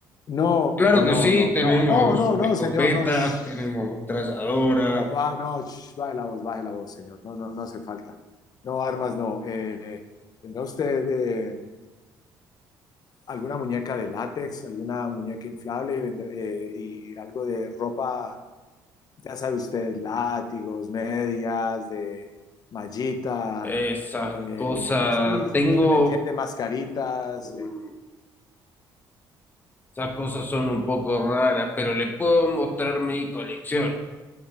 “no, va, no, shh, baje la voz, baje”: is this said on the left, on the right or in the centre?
Left